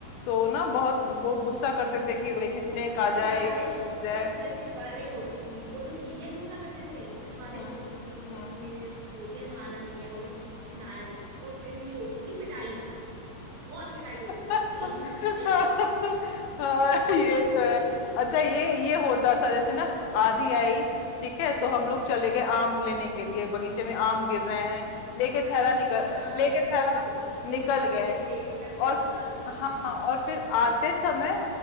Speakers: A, on the left (about 75°); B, on the right (about 75°).
A: तो ना बहुत वो गुस्सा करते थे कि भाई स्नेक आ
B: अरे
A: जाए
B: बारिश
A: कुछ हो जाए
B: अरे जैसे बारिश होती थी वो तो ठीक है गुस्सा करते थे जैसे बारिश
A: हम्म
B: होती थी और
A: हम्म
B: मम्मी ने जैसे बोल दिया नहाना नहीं है और मैं छुप छुप के नहाया करती थी और फिर मेरी होती थी पिटाई बहुत पिटाई होती थी
A: <laughs>
B: भाई <laughs>
A: हाँ
B: बहुत ज्यादा
A: ये
B: पिटाई
A: तो
B: होती
A: है
B: थी
A: अच्छा ये ये होता था जैसे ना आंधी आई ठीक है तो हम लोग चले गए आम लेने के लिए बगीचे में आम गिर रहे हैं लेके
B: वही
A: थैला
B: वही
A: निकल
B: आम
A: लेके
B: फूल
A: थैला
B: फूल
A: निकल
B: गिरते
A: गए
B: थे मैं भी बहुत
A: और
B: लाती थी
A: हाँ
B: हाँ
A: और फिर आते समय